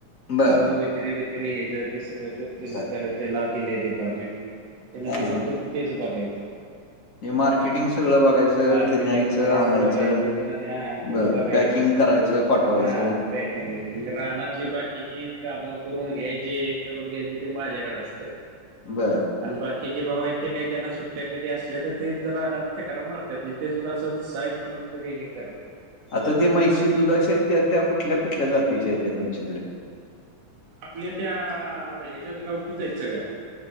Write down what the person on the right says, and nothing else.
माळव माळवा विक्री विक्री हे जर ते सगळ
त्याला ते लाभ दिले डिपार्टमेंट त्यांना
ते फक्त
तेच बघायचं
मार्केटिंग
वगैरे
सगळं बाहेरचं त्यांना त्या त्यांना
बघायचं
हा पॅकिंग बकिंग रानातली बाकीची कामं करून घ्यायची हे करून घ्यायचे ते माझ्याकडे असतं <unintelligible>
आणि बाकीचे भाऊ इथे काही त्यांना सुट्ट्या कधी असल्या तर ते रानात चक्रा री मारतात ते सुद्धा अस साहेब म्हणून कधी हे करत नाही
आपल्या त्या ह्याच्यात गावठी आहेत सगळ्या